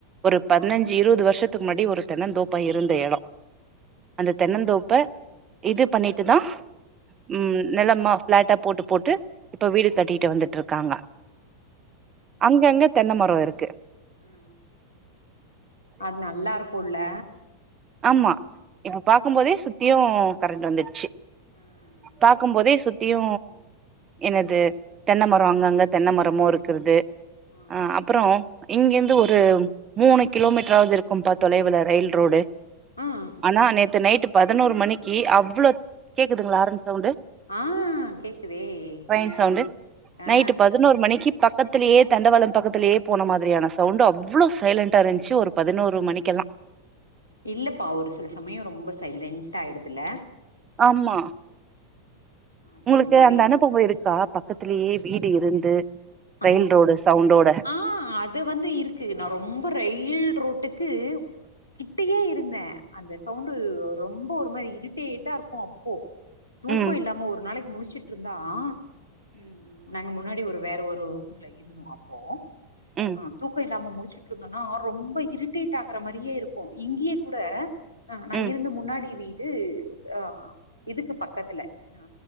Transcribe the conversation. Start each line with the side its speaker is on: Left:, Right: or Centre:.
Right: ஒரு
Left: ம்
Right: பதினாஞ் சு இருபது வருஷத்துக்கு முன்னாடி ஒரு தென்னந்தோப்பா இருந்த இடே அந்த தென்னந்தோப்ப இது பண்ணிட்டு
Left: ம்
Right: தா ம் நிலமா பிளாட்டா போட்டு போட்டு இப்போ வீடு கட்டிட்டு வந்துட்டு இருக்காங்க அங்க அங்க தென்ன மரம் இருக்கு
Left: ம் ம் அது நல்லா இருக்குல்ல
Right: ஆம்மா இப்ப பாக்கு
Left: ம்
Right: போதே சுத்தியு கரண்ட் வந்துடுச்சு
Left: ம்
Right: பாக்கு போதே சுத்தியு என்னது
Left: ம் ம்
Right: தென்ன மரோ அங்க அங்க தென்னை மரமு இருக்கறது
Left: ம்
Right: ஆ அப்புறோ இங்க இருந்து ஒரு மூணு கிலோ மீட்டராவது இருக்கு பா தொலைவுல ரயில் ரோடு
Left: ம் ம்
Right: ஆனா நேத்து நைட்டு பதினோரு மணிக்கு அவ்ளோ கேக்குதுங்களா ஆரன் சவுண்டு
Left: ஆ கேக்குதே
Right: ட்ரெயின்
Left: அ
Right: சவுண்ட்டு
Left: ஆ
Right: நைட்டு பதினோரு மணிக்கு பக்கத் துலேயே தண்டவாள பக்கத்துலேயே போன மாதிரியான சவுண்ட்டு அவ்வுளோ சைலண்டா இருந்துச்சு ஒரு பதினோரு
Left: ஆ.
Right: மணிக்கெல்லா
Left: இல்லப்பா ஒரு சில சமயே ரொம்ப சைலண்ட்டா ஆயிடுதுல்ல
Right: ஆம்மா
Left: அது
Right: உங்களுக்கு
Left: ஒரு மாரி
Right: அந்த அனுபவே இருக்கா பக்கத்திலேயே வீடு இருந்து
Left: ஆ
Right: ரயில் ரோடு சவுண்டோட
Left: ஆ அது வந்து இருக்கு நா ரொம்ப ரயில் ரோட்டுக்கு கிட்டயே இருந்தே அந்த சவுண்டு ரொம்ப ஒரு மாறி இரிட்டேட்டா இருக்கு அப்போ தூக்க
Right: ம்
Left: இல்லாம ஒரு நாளைக்கு முழிச்சுட்டு இருந்தா ம் ம் நாங்க முன்னாடி ஒரு வேற ஒரு ஊர்ல இருந்தோ அப்போ
Right: ம்
Left: அ தூக்க இல்லாம முழிச்சு விட்றதுன்னா ரொம்ப இரிட்டேட் ஆகுற மாறியே இருக்கு இங்கயே கூட ஆ நா
Right: ம்
Left: இருந்த முன்னாடி வீடு ஆ ஆ இதுக்கு பக்கத்துல ஆ